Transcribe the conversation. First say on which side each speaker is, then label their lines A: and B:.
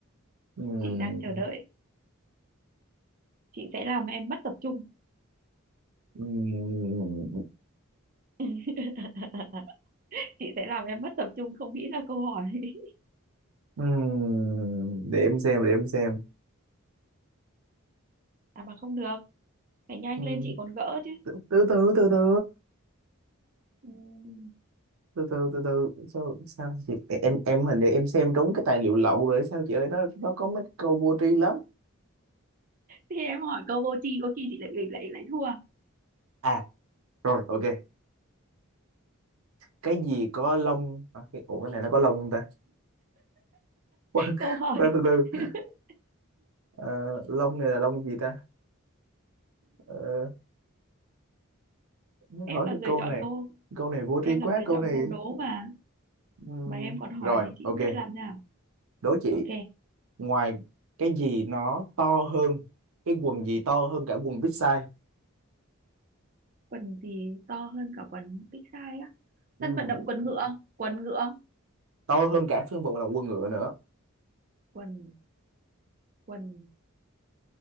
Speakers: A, on the right; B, on the right.
A: ừm,
B: chị đang chờ đợi chị sẽ làm em mất tập trung
A: ừm,
B: <laughs> chị sẽ làm em mất tập trung không nghĩ ra câu hỏi <laughs>
A: ừm, để em xem để em xem
B: à mà không được phải nhanh
A: Ừm,
B: lên chị còn gỡ chứ
A: từ từ từ từ từ.
B: Ừm,
A: từ từ từ từ sao sao chị em em hình như em xem trúng cái tài liệu lậu rồi sao chị ơi nó nó có mấy câu vô tri lắm
B: thì em hỏi câu vô tri có khi chị lại lại lại thua
A: à rồi ok cái gì có lông à, cái, ủa cái này nó có lông không ta <laughs> Khoan,
B: câu hỏi
A: khoan, từ từ
B: <laughs>
A: Ờ, lông này là lông gì ta Ờ, nó
B: em
A: hỏi
B: là
A: cái
B: người
A: câu
B: chọn
A: này
B: câu
A: câu này vô
B: em
A: tri quá
B: là người
A: câu
B: chọn
A: này
B: câu đố mà
A: Ừm,
B: mà em còn hỏi
A: rồi
B: thì chị
A: ok
B: biết làm nào
A: đố chị
B: ok
A: ngoài cái gì nó to hơn cái quần gì to hơn cả quần big size
B: quần gì to hơn cả quần big size á
A: Ừm,
B: sân vận động quần ngựa quần ngựa
A: to hơn cả phân bò là quần ngựa nữa
B: quần quần